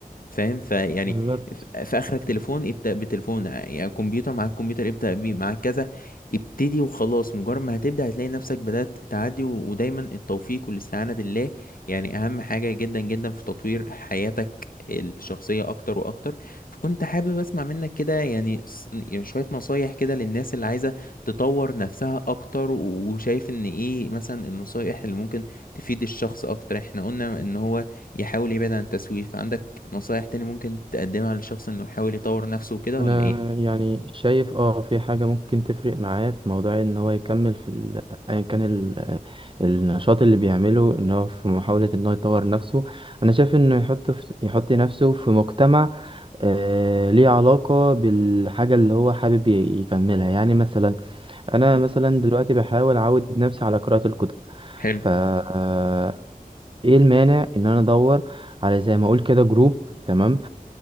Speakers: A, on the left; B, on the right.
A: فاهم فيعني
B: بالظبط
A: ف- في اخرك تليفون ابدا بتليفون يعني كمبيوتر معاك كمبيوتر ابدا بيه معاك كذا ابتدي وخلاص مجرد ما هتبدا هتلاقي نفسك بدات تعدي و- ودايما التوفيق والاستعانه بالله يعني اهم حاجه جدا جدا في تطوير حياتك الشخصيه اكتر واكتر فكنت حابب اسمع منك كده يعني س- يعني شوية نصايح كده للناس اللي عايزة تطور نفسها اكتر و- وشايف ان ايه مثلا النصايح اللي ممكن تفيد الشخص اكتر احنا قلنا ان هو يحاول يبعد عن التسويف فعندك نصايح تاني ممكن تقدمها للشخص انه يحاول يطور نفسه وكده
B: انا
A: ولا ايه
B: يعني شايف اه في حاجة ممكن تفرق معاه في موضوع ان هو يكمل في ال- ايا كان ال- النشاط اللي بيعمله ان هو في محاولة ان هو يطور نفسه انا شايف انه يحط في يحط نفسه في مجتمع آه ليه علاقة بالحاجة اللي هو حابب ي- يكملها يعني مثلا انا
A: مم.
B: مثلا دلوقتي بحاول اعود نفسي على قراءة الكتب
A: حلو
B: ف آه، ايه المانع ان انا ادور على زي ما اقول كده جروب تمام،